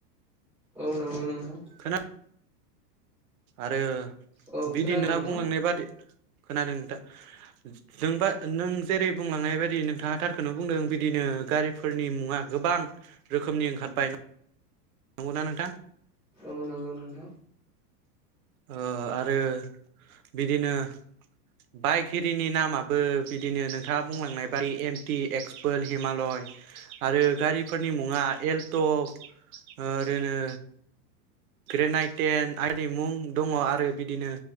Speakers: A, in the centre; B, on the right.
A: औ नंगौ नोंथां
B: खोना आरो
A: औ
B: बिदि
A: खोनादों
B: नोंथाङा
A: नोंथां
B: बुंलांनाय बादि खोनादों नोंथां नोंबा नों जेरै बुंलांनाय बायदि नोंथाङा थारखौनो बुंदों बिदिनो गारिफोरनि मुङा गोबां रोखोमनि ओंखारबाय नंगौना नोंथां
A: औ नंगौ नोंथां
B: ओ आरो बिदिनो बाइक हिरिनि नामाबो बिदिनो नोंथाङा बुंलांनाय बादि एमटि एक्सपोल हिमालय आरो गारिफोरनि मुङा एल्ट ओरैनो ग्रेेन आइटेन आरि मुं दङ आरो बिदिनो